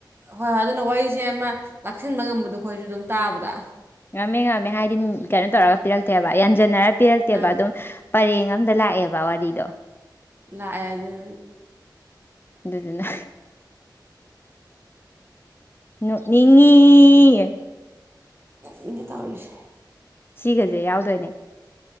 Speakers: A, on the right (about 30°); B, on the left (about 30°).
A: ꯍꯣꯏ ꯍꯣꯏ ꯑꯗꯨꯅ ꯋꯥꯔꯤꯁꯦ ꯑꯃ ꯂꯥꯛꯁꯤꯟꯕ ꯉꯝꯕꯗꯣ ꯑꯩꯈꯣꯏꯁꯨ ꯑꯗꯨꯝ ꯇꯥꯕꯗ
B: ꯉꯝꯃꯦ ꯉꯝꯃꯦ ꯍꯥꯏꯗꯤ ꯀꯩꯅꯣ ꯇꯧꯔꯒ ꯄꯤꯔꯛꯇꯦꯕ ꯌꯥꯟꯁꯤꯟꯅꯔ ꯄꯤꯔꯛꯇꯦꯕ
A: ꯑꯥ
B: ꯑꯗꯨꯝ ꯄꯔꯦꯡ ꯑꯃꯗ ꯂꯥꯛꯑꯦꯕ ꯋꯥꯔꯤ ꯗ
A: ꯂꯥꯛꯑ ꯑꯗꯨ
B: ꯑꯗꯨꯗꯨꯅ ꯅꫭꯛ ꯅꯤꯡꯉꯤ
A: ꯃꯤꯅ ꯇꯧꯔꯤꯁꯦ
B: ꯁꯤꯒꯁꯦ ꯌꯥꯎꯗꯣꯏꯅꯦ